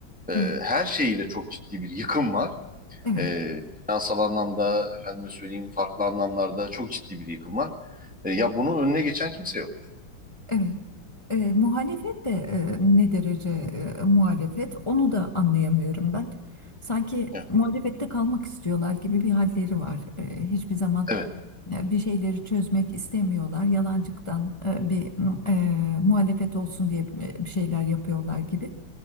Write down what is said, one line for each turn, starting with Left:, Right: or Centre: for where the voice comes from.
Centre: E,
Left: evet,
Centre: her şeyiyle çok ciddi bir yıkım var.
Left: evet,
Centre: E, finansal anlamda, efendime söyleyeyim farklı anlamlarda çok ciddi bir yıkım var. E, ya bunun önüne geçen kimse yok.
Left: evet. E, muhalefet de e, ne derece e, muhalefet onu da anlayamıyorum ben. Sanki
Centre: Evet,
Left: muhalefette kalmak istiyorlar gibi bir halleri var. E, hiçbir zaman
Centre: evet.
Left: e, bir şeyleri çözmek istemiyorlar. Yalancıktan e, bir e, muhalefet olsun diye e, bir şeyler yapıyorlar gibi.